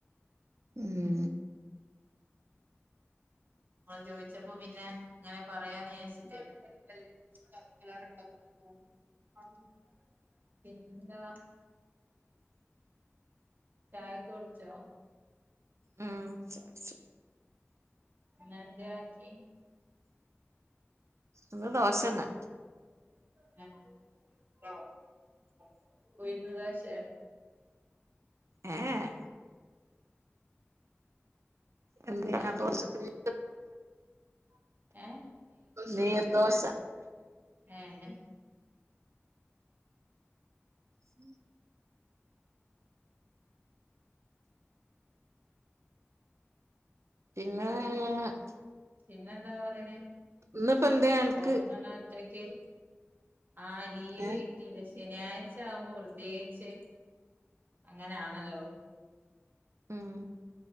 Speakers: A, on the right; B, on the right.
A: ഉം
B: ഇങ്ങള് ചോയിച്ചപ്പോ പിന്നെ ങ്ങനെ പറയാന്ന്ചാരിച്ചിട്ട് <unintelligible> പിന്നെന്താ ചായ ഒക്കെ കുടിച്ചോ
A: ആ ചായ കുട്ച്ച്
B: ഇന്നെന്തെ ആക്കി
A: ഇന്ന് ദോശ ന്നെ
B: <unintelligible> ഉഴുന്ന് ദോശെ
A: ഏ ഏ എന്തെന്
B: പിന്നെ
A: ആ ദോശക്ക് <unintelligible>
B: ഏഹ്
A: നീർദോശ നീർദോശ
B: ഏ എ
A: <inaudible> പിന്നെ <unintelligible>
B: പിന്നെ എന്താ പറിണെ
A: ഇന്നിപ്പോ എന്തേ അനക്ക്
B: ഓളങ്ങനെ ച്ചക്ക് ആഹ് ലീവ്
A: ഏ
B: കി ട്ടിനി ശനിയാഴ്ച ആകുമ്പോ പ്രത്യേകിച്ച് അങ്ങനൊണല്ലോ
A: ഉം